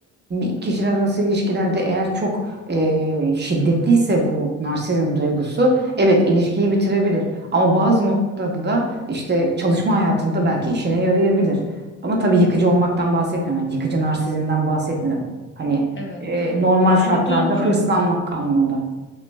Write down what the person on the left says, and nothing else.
Evet.
Yani
dünkü